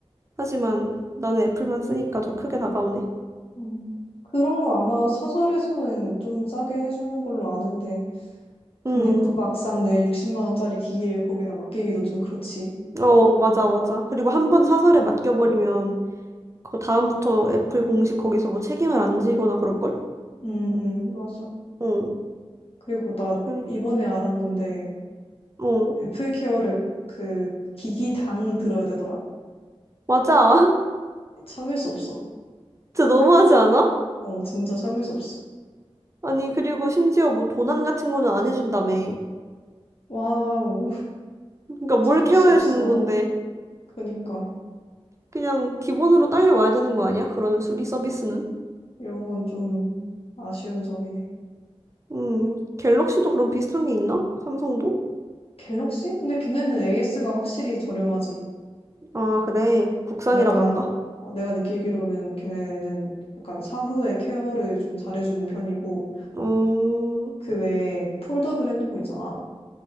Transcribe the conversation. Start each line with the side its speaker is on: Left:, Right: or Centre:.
Right: 하지만 나는 애플만 쓰니까 더 크게 다가오네.
Left: 음. 그런 거 아마 사설에서는 좀 싸게 해주는 걸로 아는데. 근데
Right: 음,
Left: 또 막상 내 60만 원짜리 기기를 거기다 맡기기도 좀 그렇지.
Right: 어, 맞아, 맞아. 그리고 한 번 사설에 맡겨버리면 그 다음부터 애플 공식 거기서 뭐 책임을 안 지거나 그럴걸?
Left: 응, 응, 맞아.
Right: 어,
Left: 그리고 나
Right: 그러니까,
Left: 이번에 알았는데
Right: 어,
Left: 애플 케어를 그 기기당 들어야 되더라?
Right: 맞아. <laughs>
Left: 참을 수 없어.
Right: 진짜 너무하지 않아?
Left: 어, 진짜 참을 수 없어.
Right: 아니, 그리고 심지어 뭐 도난 같은 거는 안 해준다며.
Left: 와우, <laughs>
Right: 그러니까 뭘
Left: 참을
Right: 케어해
Left: 수 없어.
Right: 주는 건데.
Left: 그러니까
Right: 그냥 기본으로 딸려와야 되는 거 아니야? 그런 수리 서비스는?
Left: 이런 건 좀 아쉬운 점이네.
Right: 음, 갤럭시도 그런 비슷한 게 있나? 삼성도?
Left: 갤럭시? 근데 걔네는 AS가 확실히 저렴하지.
Right: 아, 그래. 국산이라
Left: 내가,
Right: 그런가?
Left: 어, 내가 느끼기로는 걔네는 약간 사후에 케어를 좀 잘해주는 편이고,
Right: 음,
Left: 그 외에 폴더블 핸드폰 있잖아.